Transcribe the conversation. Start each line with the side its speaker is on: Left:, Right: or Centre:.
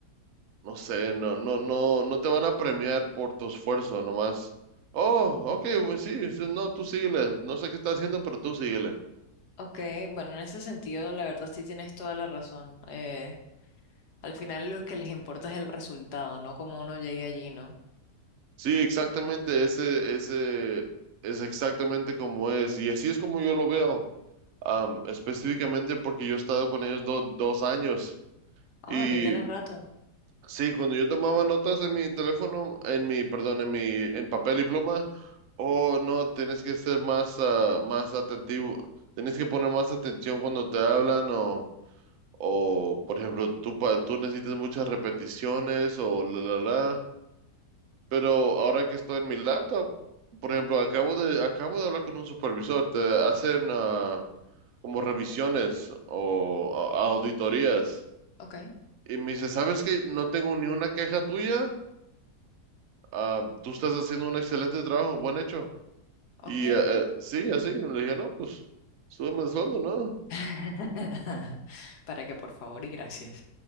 Right: no sé, no, no, no, no te van a premiar por tu esfuerzo nomás. Oh, ok, pues sí, sí, no, tú síguele. No sé qué está haciendo, pero tú síguele.
Left: Ok, bueno, en ese sentido, la verdad sí tienes toda la razón. Eh, al final lo que les importa es el resultado, no cómo uno llegue allí, ¿no?
Right: Sí, exactamente, ese, ese es exactamente como es. Y así es como yo lo veo, am, específicamente porque yo he estado con ellos do- dos años.
Left: Ah,
Right: Y
Left: ya tienes rato.
Right: Sí, cuando yo tomaba notas en mi teléfono, en mi, perdón, en mi, en papel y pluma, oh no, tienes que ser más, ah, más atentivo, tienes que poner más atención cuando te hablan o, o por ejemplo, tú, pa- tú necesitas muchas repeticiones o la, la, la. Pero ahora que estoy en mi laptop, por ejemplo, acabo de, acabo de hablar con un supervisor, te hacen ah, como revisiones o a- auditorías
Left: Ok,
Right: y me dice, ¿sabes que No tengo ni una queja tuya. ah, tú estás haciendo un excelente trabajo, buen hecho.
Left: ok.
Right: Y eh, eh, sí, así, le dije, no, pues súbeme el sueldo, ¿no?
Left: <laughs> Para que por favor y gracias.